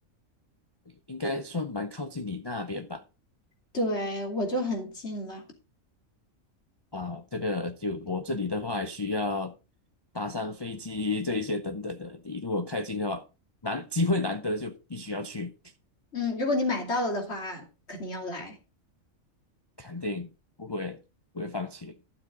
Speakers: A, on the left; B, on the left.
A: 应该算蛮靠近你那边吧？
B: 对，我就很近了。
A: 啊，这个就我这里的话，还需要搭上飞机这一些等等的。你如果开进的话，难，机会难得，就必须要去，
B: 嗯，如果你买到了的话，肯定要来。
A: 肯定不会不会放弃。